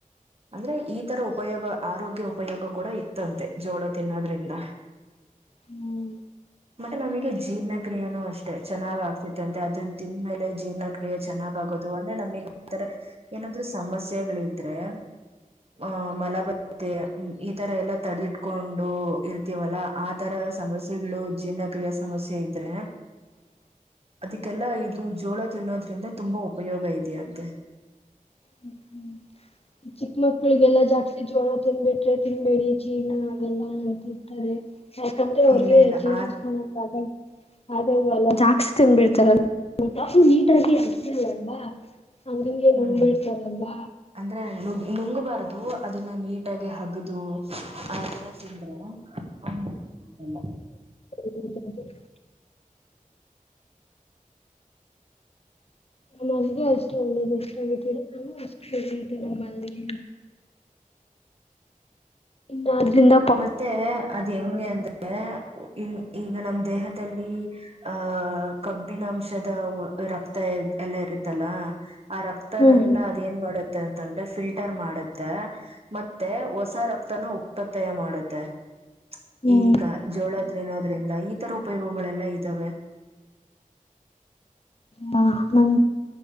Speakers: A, on the right (about 45°); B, on the left (about 45°).
A: ಅಂದ್ರೆ ಈ ತರ ಉಪಯೋಗ ಆರೋಗ್ಯ ಉಪಯೋಗ ಕೂಡ ಇತ್ತಂತೆ ಜೋಳ ತಿನ್ನೋದ್ರಿಂದ.
B: ಹ್ಮ್.
A: ಮತ್ತೆ ನಮಗೆ ಜೀರ್ಣ ಕ್ರಿಯೆನೂ ಅಷ್ಟೆ ಚೆನ್ನಾಗ್ ಆಗ್ತಿತ್ತ ಅಂತೆ ಅದನ್ ತಿಂದ್ಮೇಲೆ ಜೀರ್ಣ್ರ. ಯ ಚೆನ್ನಾಗಗೋದು ಅಂದ್ರೆ ನಮಗ್ ತರ ಏನಾದ್ರು ಸಮಸ್ಯೆಗಳಿದ್ರೆ. ಆಹ್ ಮಲಬದತ್ತೆ ಈತರ ಎಲ್ಲಾ ತಡೆದಿಟ್ಕೊಂಡು ಇ. ರ್ತೇವಲ್ಲಾ ಆ ತರ ಸಮಸ್ಯೆಗಳು ಜೀರ್ಣಕ್ರಿಯಾ ಸಮಸ್ಯೆ ಇದ್ರೆ.
B: <inaudible>
A: ಅದಕ್ಕೆಲ್ಲಾ ಇದು ಜೋಳ ತಿನ್ನೋದ್ರಿಂದ ತುಂಬಾ ಉಪಯೋಗ ಇದೆಯಂತೆ.
B: ಹ್ಮ್ ಹ್ಮ್. ಚಿಕ್ಕ ಮಕ್ಳಿಗೆಲ್ಲಾ ಜಾಸ್ತಿ ಜೋಳ ತಿನ್ಬಿಟ್ರೆ ತಿನ್ಬೇಡಿ ಜೀರ್ಣ ಅಲ್ಲ ಅಂತಿರ್ತಾರೆ. ನಾನ್ ತಂದಿರೋ ಯಾಕಂದ್ರೆ ಅವ್ರಿಗೆ
A: ಇಲ್ಲ ಇಲ್ಲ
B: ಜೀವನಿಸಕೋಳಕ್
A: ಆ
B: <inaudible> ಅದ ಅಲ್ಲ ಜಾಸ್ತಿ ತಿನ್ಬಿಡ್ತಾರಲ್ಲ ನೀಟಾಗಿ ಅಲ್ಲಲ್ವಾ. ಹಂಗ ಹಂಗ
A: ಹ್ಮ್
B: ನುಂಗು ಬಿಡ್ತಾರಲ್ವಾ.
A: ಅಂದ್ರೆ ನುಂಗಬಾರದು ಅದನ್ನ ನೀಟಾಗಿ ಹಗದು. ಆ ತರ ತಿಂದ್ರ ಆಲ್ಲ.....
B: ಹೌದ <inaudible> ನಮ್ಮಲ್ಲಿಗೆ ಅಷ್ಟು ಒಳ್ಳೇದು ಇಷ್ಟ ಆಗತೀರ ನಾವು ಅಷ್ಟು ಒಳ್ಳವಿ ನಮ್ಮಲ್ಲಿಗೆ ವಾರದಿಂದ.
A: ಮತ್ತೆ ಅದ್ ಯಂಗೇ ಅಂದ್ರೆ ಈಗ ನಮ ದೇಹದಲ್ಲಿ. ಆಹ ಕಬ್ಬಿನಾಂಶದ ರಕ್ತ ಎಲ್ಲ ಇರುತ್ತಲ್ಲ ಆ ರಕ್ತನೆೆಲ್ಲಾ
B: ಹ್ಮ್
A: ಅದ ಏನ್ ಮಾಡೋದು ಅಂತಂದ್ರೆ ಫಿಲ್ಟರ್ ಮಾಡುತ್ತೆ ಮತ್ತೆ ಹೊಸ ರಕ್ತನು ಉತ್ಪತ್ತಿಯ ಮಾಡುತ್ತದೆ
B: ಹ್ಮ್
A: ಈಗ ಜೋಳದ ನಿನ್ನೋದ್ರಿಂದ ಈ ತರ ಉಪಯೋಗಗಳೆಲ್ಲ ಇದ್ದಾವೆ
B: ಹ